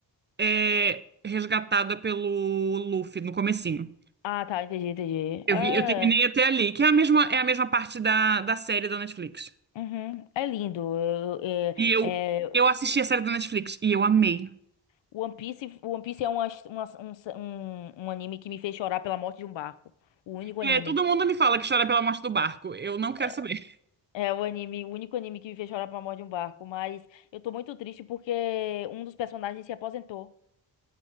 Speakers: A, on the right; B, on the left.
A: é resgatada pelo Luffy no comecinho.
B: Ah, tá, entendi, entendi.
A: Eu
B: É,
A: vi, eu terminei até ali, que é a mesma, é a mesma parte da, da série da Netflix.
B: uhum, é lindo. eu- eu-
A: E eu,
B: É, é,
A: eu assisti a série da Netflix e eu amei.
B: One Piece, One Piece é uma, uma- um, um, um anime que me fez chorar pela morte de um barco. O único
A: É,
B: anime.
A: todo mundo me fala que chora pela morte do barco. Eu não quero
B: É
A: saber. <laughs>
B: é o anime, o único anime que me fez chorar pela morte de um barco. Mas eu tô muito triste porque um dos personagens se aposentou.